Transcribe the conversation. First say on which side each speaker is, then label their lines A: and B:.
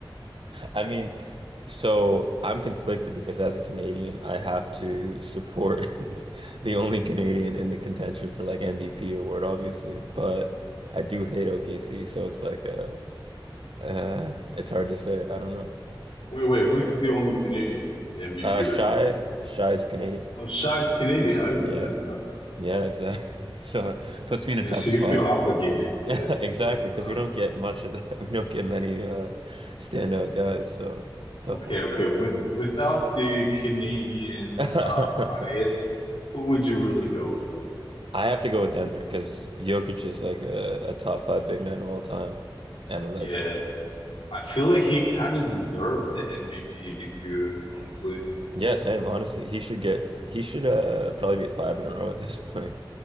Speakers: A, on the right; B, on the left.
A: I mean, so I'm conflicted because as a Canadian, I have to support <laughs> the only Canadian in the contention for like MVP award, obviously. But I do hate OKC, so it's like uh, uh it's hard to say. I don't know.
B: Wait, wait, who's the only Canadian in the MVP
A: Uh
B: race?
A: Shy Shy's Canadian.
B: Oh, Shai's Canadian. I didn't
A: Yeah.
B: know that.
A: Yeah, exactly. <laughs> So it puts me in
B: Yeah,
A: a tough
B: so
A: spot.
B: you feel obligated to
A: <laughs> Exactly,
B: support him,
A: because
B: huh?
A: we don't get much of that. <laughs> We don't get many uh standout guys, so it's a tough
B: Okay,
A: one.
B: okay. With without the Canadian
A: <laughs>
B: uh bias, who would you really go for?
A: I have to go with Denver because Jokic is like a, a top five big man of all time and a legend.
B: Yeah. I feel like he kind of deserves the MVP too, honestly.
A: Yeah, same. Honestly, he should get he should uh probably be at five in a row at this <laughs> point.